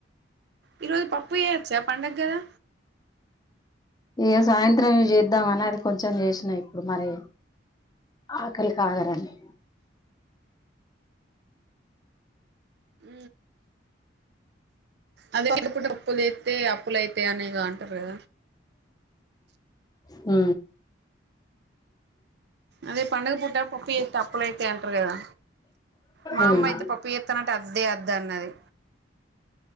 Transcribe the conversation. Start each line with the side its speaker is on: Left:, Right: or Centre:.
Right: ఈరోజు పప్పుయేచ్చా పండగదా
Left: ఏ సాయంత్రం చేద్దామ అని అది కొంచెం చేసినాయి ఇప్పుడు మరి ఆకలికీ ఆగారని
Right: అ అదే కడుపుటప్పులు అయితే అప్పుల అైతే అనే కా రా
Left: హ
Right: అదే పండగ పూట పప్పు చేసే అప్పులై తింటారు కదా మా
Left: ఉమ్
Right: అమ్మ అయితే పప్పు చేస్తానంటే అద్దే అద్ద అన్నది